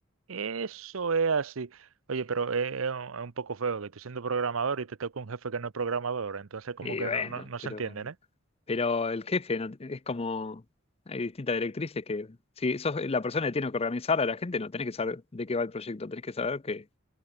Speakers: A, on the right (about 80°); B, on the left (about 30°).
A: Eso es así. Oye, pero es, es un es un poco feo que tú siendo programador y te toca un jefe que no es programador, entonces como
B: Y
A: que
B: bueno,
A: no, no, no
B: pero
A: se entienden, ¿eh?
B: Pero el jefe no- es como. Hay distintas directrices que. Si sos la persona que tiene que organizar a la gente, no tenés que saber de qué va el proyecto, tenés que saber que